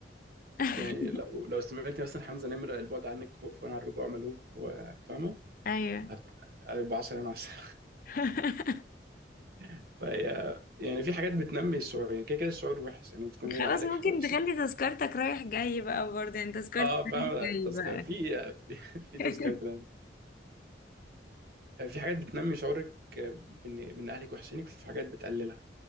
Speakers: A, on the left; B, on the right.
A: <laughs>
B: يعني لو لو سمعتي مثلا حمزة نمرة البعد عنك خوف وأنا على الرجوع ملهوف و- فاهمة
A: ايوه
B: هت- هيبقى 10 من 10
A: <laughs>
B: <laughs> فهي يعني في حاجات بتنمي الشعور يعني كده كده الشعور وحش إن أنت تكون بعيد
A: خلاص
B: عن أهلك
A: ممكن
B: حاجة وحشة
A: تخلي تذكرتك رايح جاي بقى برضه يعني تذكرتك
B: أه
A: رايح
B: فاهمة
A: جاي
B: تذكر
A: بقى
B: في في <laughs> في
A: <laughs>
B: تذكرة آه، في حاجات بتنمي شعورك آه، بان بان اهلك وحشينك في حاجات بتقللها